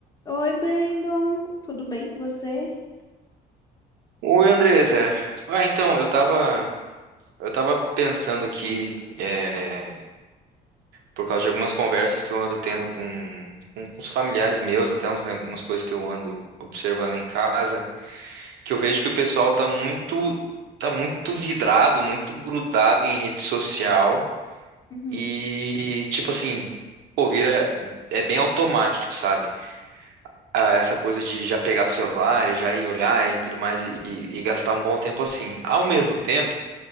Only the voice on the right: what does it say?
Oi, Andresa. Ah, então, eu tava, eu tava pensando aqui, é, por causa de algumas conversas que eu ando tendo com, com os familiares meus, até uns, né, umas coisas que eu ando observando em casa, que eu vejo que o pessoal tá muito, tá muito vidrado, muito grudado em rede social
e, tipo assim, pô, vira, é bem automático, sabe? Ah, essa coisa de já pegar o celular, e já ir olhar e tudo mais e e- e gastar um bom tempo assim. Ao mesmo tempo,